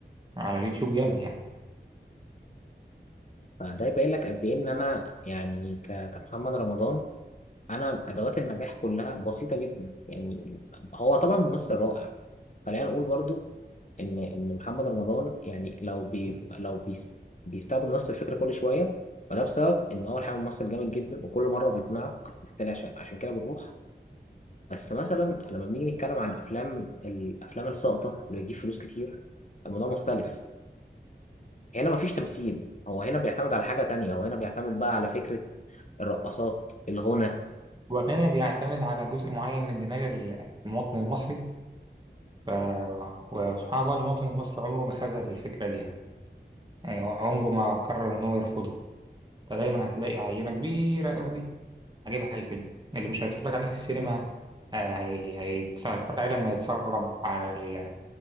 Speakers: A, on the right (about 25°); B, on the left (about 45°).
A: على اليوتيوب جامد يعني
B: فده يبين لك قد ايه ان انا يعني ك- كمحمد رمضان انا ادوات النجاح كلها بسيطه جدا يعني هو طبعا ممثل رائع خلينا نقول برضو ان ان محمد رمضان يعني لو بي لو بيست بيستخدم نفس الفكره كل شويه فده بسبب ان اول حاجه ممثل جامد جدا وكل مره بيقنعك بالتالي عشان عشان كده بنروح بس مثلا لما بنيجي نتكلم عن افلام الافلام الساقطه اللي بتجيب فلوس كتير الموضوع مختلف هنا مفيش تمثيل هو هنا بيعتمد على حاجه تانية هو هنا بيعتمد بقى على فكره الرقصات الغنى
A: وهنا بيعتمد على جزء معين من دماغ المواطن المصري ف... وسبحان الله المواطن المصري عمره ما خذل الفكره دي يعني يعني هو عمره ما قرر ان هو يرفضها فدايما هتلاقي عينة كبيرة قوي هجيبها الفيلم اللي مش هيتفرج عليه في السينما آه، هي- هيتص- هيتفرج عليه لما يتسرب على ال...